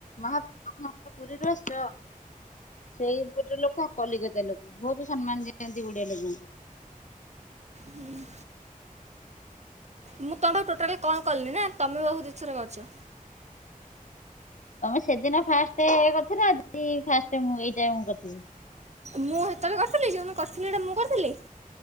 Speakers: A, on the left; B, on the right.
A: ମହା <unintelligible> ପୁରୀରୁ ଆସିଛ? ସେଇ ଗୋଟେ ଲୋକ କଲିକତା ଲୋକ ବହୁତ ସମ୍ମାନ ଦିଅନ୍ତି ଓଡିଆ ଲୋକଙ୍କୁ।
B: ହୁଁ, ହୁଁ। ମୁଁ <unintelligible> ଟୋଟାଲି କଣ କଲିି ନା ତମେ ମୋ ପାଖକୁ ଦି ଥର କରିଛ।
A: ତମେ ସେଦିନ ଫାଷ୍ଟ୍ କରିଥିଲ ଆଜି ଫାଷ୍ଟ ମୁଁ ଏଇଟାରେ ମୁଁ କରିଥିଲି।
B: ମୁଁ ହେତେବେଳେ କରିଥିଲି ଯେଉଁଦିନ କରିଥିଲି ହେଟା ମୁଁ କରିଥିଲି?